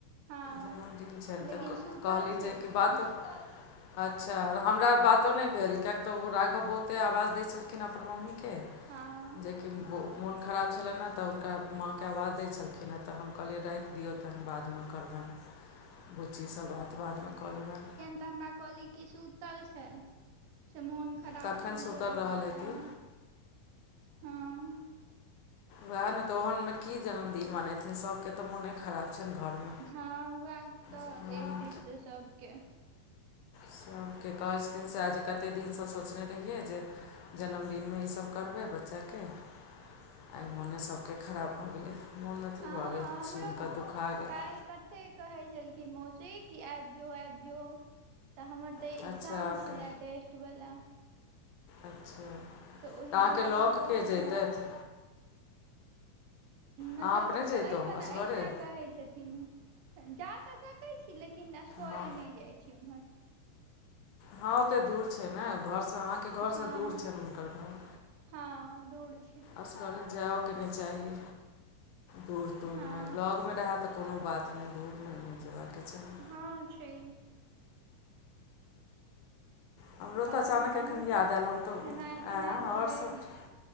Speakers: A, on the right; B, on the left.
A: हँ
B: जन्मदिन छनि।
A: लेकिन
B: तऽ
A: सुतल
B: कहली
A: छलखिन
B: जे कि बात अच्छा, हमरा बातो नहि भेल किएक तऽ ओ राघव बहुते आवाज दै छलखिन अपन मम्मीके
A: हँ
B: कि मोन खराब छलनि हँ, तऽ हुनका माँकेँ आवाज दै छलखिन हँ, तऽ हम कहलियै, राखि दियै, तखन बादमे। करबनि बुच्ची, सभ बात बातमे कऽ लेबनि।
A: त हमरा कहलि की जे सुतल छैत से मोन खराब
B: तखन
A: हुनको
B: सूतल
A: भऽ
B: रहल
A: गेलनि
B: हेतीह
A: ने हँ
B: वएह ने तो ओहन मे की जन्मदिन मनेथिन सभ के तऽ मोने खराब छन घरमे
A: हँ उएह तऽ
B: जन्मदिन
A: एक दिस से सभके
B: सभकेँ कहै छथिन से आ जे कतेक दिनसँ सोचने रहियै जे जन्मदिनमे ईसभ करबै बच्चाके आइ मोने सभके खराब भऽ गेलै मोन अथी
A: हँ
B: भऽ गेल
A: हमरो
B: सुनि कऽ दुखआ गेल
A: काल्हि कते कहै छलखिन मोस्ट से की आबि जो आबि जो तऽ हमर तऽ
B: अच्छा
A: एग्जाम
B: अहाँके
A: छला टेस्ट वाला
B: अच्छा
A: तऽ ओहि
B: अहाँके
A: दुआरे
B: लऽ
A: हम
B: कऽ
A: कहलिये
B: के जैतथि
A: मतलब
B: अहाँ अपने जैतहुँ
A: अहिपन
B: असगरे
A: एहिहिना कहै छथिन। जा तऽ सकैत छी। लेकिन नसगरे
B: हँ
A: नहि जाइत छी ओम्हर
B: हँ ओतेक दूर छै। ने घरसँ अहाँके घरसँ
A: हँ
B: दूर छनि हुनकर घर
A: हँ दौड़ छै।
B: असगड़े जाइओके नहि चाही दूर दूरमे
A: हँ
B: ब्लॉकमे रहै तऽ कोनो बात नहि, दूरमे नहि जायबाके चाही।
A: हँ छै
B: हमरो तऽ
A: आओर
B: अचानक
A: मामी
B: एखन याद आयल हम तऽ
A: खेनाइ पिनाइ
B: आँय
A: भऽ
B: आओर
A: गेल
B: सभ